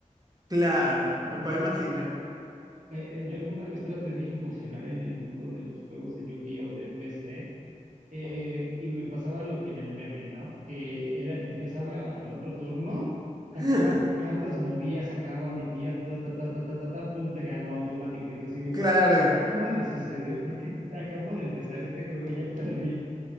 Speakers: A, on the right; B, on the right.
A: Claro,
B: Em,
A: me
B: yo,
A: puedo imaginar.
B: yo, eh, eh, yo alguna vez traté de incursionar en el mundo de los juegos de Yu-Gi-Oh! de PC eh, y me pasaba lo que en el meme, ¿no? Que era, empezaba el otro turno, sacaba
A: <laughs>
B: cartas, movía, sacaba, metía, ta, ta, ta, ta, ta, ta, ta, pum, te ganó automático. Y tú así de,
A: Claro,
B: ¿qué acaba de suceder? Porque acabo de empezar este juego y ya perdí.